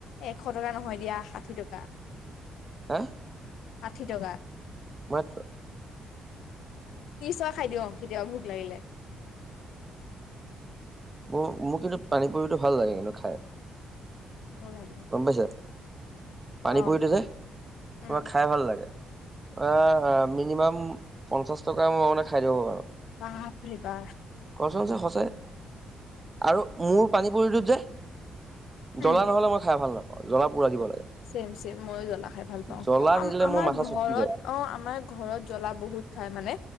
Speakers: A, on the left; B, on the right.
A: এশ টকা নহয় দিয়া ষাঠি টকা
B: হে
A: ষাঠি টকা
B: মাত্ৰ
A: ত্ৰিছ টকা খাই দিও কেতিয়াবা ভোক লাগিলে
B: মোৰ মোৰ কিন্তু পানী পুৰীতো ভাল লাগে কিন্তু খাই
A: অ ভাল লাগে
B: গম পাইছে পানী
A: অ
B: পুৰিতো যে তোমাৰ
A: উম
B: খাই ভাল লাগে আ মিনিমাম পঞ্চাশ টকা মই মানে খাই দিব পাৰো
A: বাপৰে বা
B: কছমচে সঁচা আৰু মোৰ পানী পুৰিটোত যে জ্বলা
A: উম
B: নহ'লে মই খাই ভাল নাপাও জ্বলা পূৰা দিব লাগে।
A: ছেম ছেম মইয়ো জ্বলা খাই ভাল পাও
B: জ্বলা নিদিলে
A: আমাৰ
B: মোৰ মাথা চুটকি
A: ঘৰত
B: যায়
A: অ' আমাৰ ঘৰত জ্বলা বহুত খাই মানে